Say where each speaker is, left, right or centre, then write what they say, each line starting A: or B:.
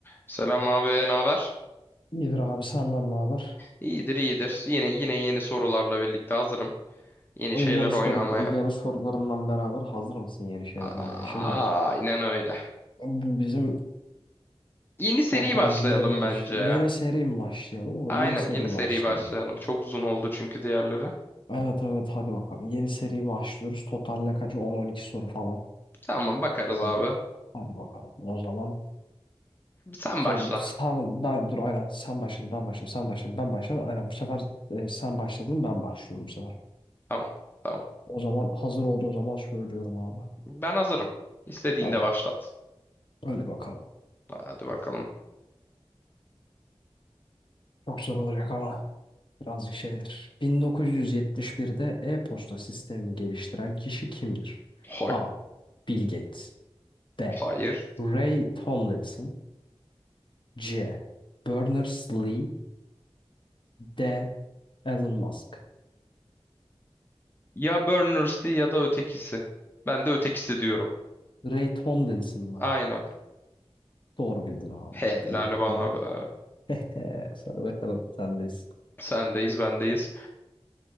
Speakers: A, on the left; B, on the left.
A: Selam abi, ne haber?
B: İyidir abi senden ne haber?
A: İyidir, iyidir. Yine yine yeni sorularla birlikte hazırım. Yeni
B: Yeni
A: şeyler
B: soru,
A: oynamaya.
B: yeni sorularından beraber hazır mısın yeni şeyler oynamaya?
A: Aa,
B: Şimdi
A: aynen öyle.
B: bu bizim
A: Yeni seri
B: bakalım
A: başlayalım
B: bir yeni bir
A: bence
B: yeni
A: ya.
B: seri mi başlayalım? Olur
A: Aynen
B: yeni seri
A: yeni seri
B: başlayalım.
A: başlayalım. Çok uzun oldu çünkü diğerleri.
B: Evet evet hadi bakalım. Yeni seri başlıyoruz. Total ne kaç? 10-12 soru falan.
A: Tamam bakarız
B: Tamam.
A: abi.
B: Hadi bakalım. O zaman
A: Sen
B: gel-
A: başla.
B: sen, ben dur aynen sen başladın ben başladım sen başladın ben başladım. Aynen bu sefer e, sen başladın ben başlıyorum bu sefer.
A: Tamam, tamam.
B: O zaman hazır olduğun zaman söylüyorum abi.
A: Ben hazırım. İstediğinde
B: Tamam.
A: başlat.
B: Hadi bakalım.
A: Hadi bakalım.
B: Çok zor olacak ama birazcık şeydir. 1971'de e-posta sistemini geliştiren kişi kimdir?
A: Hay,
B: A. Bill Gates B.
A: hayır.
B: Ray Tomlinson C. Berners-Lee D. Elon Musk
A: Ya Berners Lee ya da ötekisi. Ben de ötekisi diyorum.
B: Ray Tomlinson mı?
A: Aynen.
B: Doğru bildin abi.
A: Helal
B: Tebrik ederim.
A: bana be.
B: <laughs> Sor bakalım sendeyiz.
A: Sendeyiz, bendeyiz.